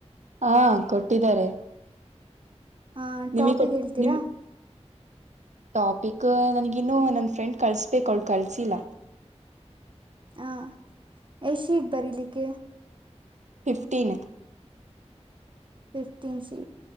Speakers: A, on the right; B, on the right.
A: ಹಾ ಕೊಟ್ಟಿದ್ದಾರೆ.
B: ಆ
A: ನಿಮ
B: ಟಾಪಿಕ್
A: ಕೋ
B: ಹೇಳ್ತೀರಾ
A: ನಿಮ್ ಟಾಪಿಕ್. ಕಾ ನನಗ ಇನ್ನು ನನ್ ಫ್ರೆಂಡ್ ಕಳ್ಸ್ಬೇಕ ಅವಳು ಕಳ್ಸಿಲ್ಲ
B: ಹಾ. ಏ ಶೀಟ್ ಬರಿಲಿಕ್ಕೆ
A: ಫಿಫ್ಟೀನ್.
B: ಫೀಫ್ಟೀನ್ ಸಿ